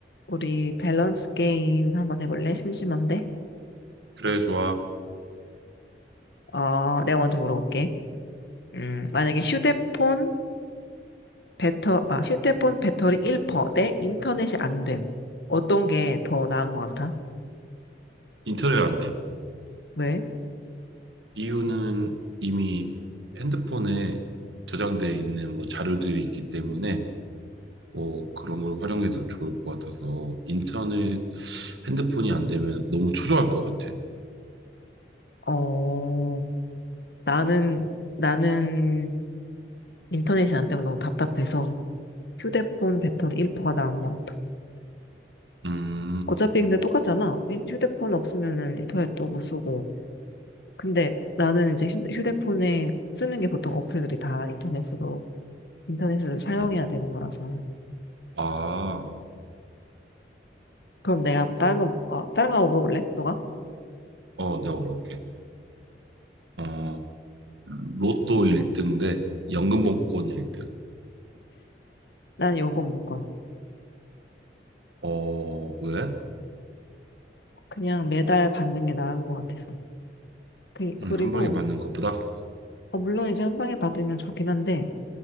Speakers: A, on the left; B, on the right.
A: 우리 밸런스 게임 한번 해볼래? 심심한데?
B: 그래, 좋아.
A: 어, 내가 먼저 물어볼게. 음, 만약에 휴대폰 배터, 아, 휴대폰 배터리 1%대 인터넷이 안 됨. 어떤 게 더 나은 것 같아?
B: 인터넷 안 돼.
A: 왜?
B: 이유는 이미 핸드폰에 저장돼 있는 뭐 자료들이 있기 때문에 뭐 그런 걸 활용해도 좋을 것 같아서 인터넷 핸드폰이 안 되면 너무 초조할 것 같아.
A: 어, 나는, 나는 인터넷이 안 되면 너무 답답해서 휴대폰 배터리 1%가 나은 것 같아.
B: 음,
A: 어차피 근데 똑같잖아. 휴대폰 없으면은 인터넷도 못 쓰고. 근데 나는 이제 휴- 휴대폰에 쓰는 게 보통 어플들이 다 인터넷으로 인터넷을 사용해야
B: 음.
A: 되는 거라서요.
B: 아,
A: 그럼 내가 다른 거, 어, 다른 거 한번 물어볼래? 너가?
B: 어, 내가 어렵게. 어, 로또 1등 대 연금복권 1등.
A: 난 연금 무건.
B: 어, 왜?
A: 그냥 매달 받는 게 나은 것 같아서. 그, 그리고,
B: 음, 한 방에 받는 것보다?
A: 어, 물론 이제 한 방에 받으면 좋긴 한데,